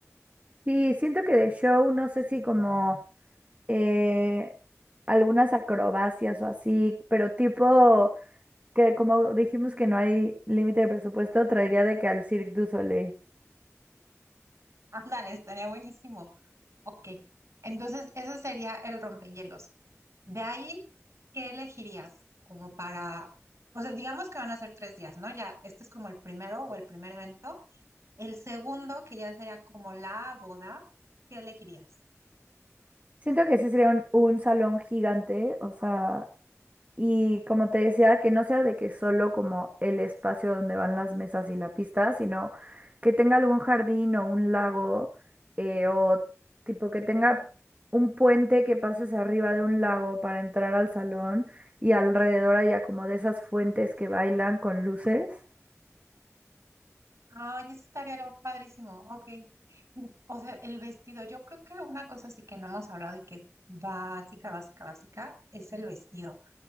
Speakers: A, on the right; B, on the right.
A: Sí, siento que de show, no sé si como... eh, algunas acrobacias o así, pero tipo que como dijimos que no hay límite de presupuesto, traería de que al Cirque du Soleil.
B: Ándale, estaría buenísimo. Ok, entonces ese sería el rompehielos. De ahí, ¿qué elegirías? Como para, o sea, digamos que van a ser tres días, ¿no? Ya, este es como el primero o el primer evento. El segundo, que ya sería como la boda, ¿qué elegirías?
A: Siento que sí sería un, un salón gigante, o sea, Y como te decía, que no sea de que solo como el espacio donde van las mesas y la pista, sino que tenga algún jardín o un lago, eh, o tipo que tenga un puente que pases arriba de un lago para entrar al salón y alrededor haya como de esas fuentes que bailan con luces.
B: Ay, eso estaría lo- padrísimo, ok. Y, O sea, el vestido, yo creo que una cosa sí que no hemos hablado y que es básica, básica, básica, es el vestido.